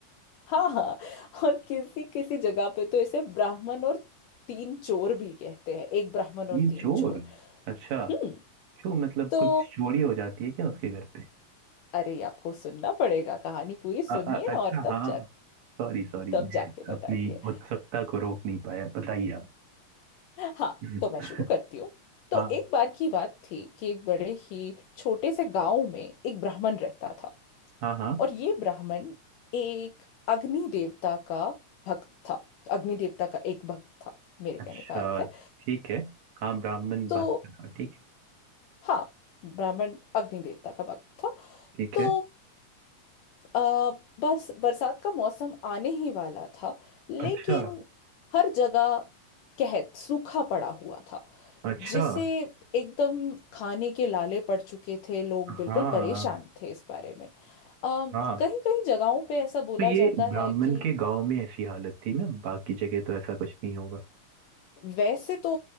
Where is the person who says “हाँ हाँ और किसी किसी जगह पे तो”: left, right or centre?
Left